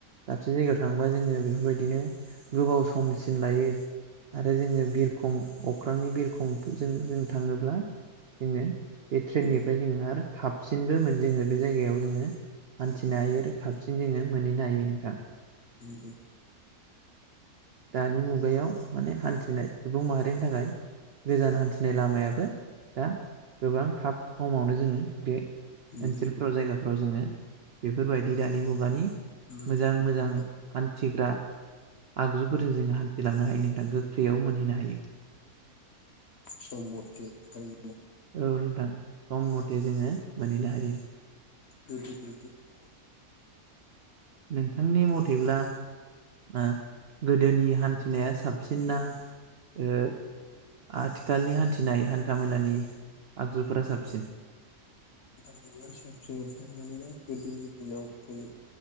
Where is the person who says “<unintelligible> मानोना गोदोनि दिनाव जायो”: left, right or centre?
Left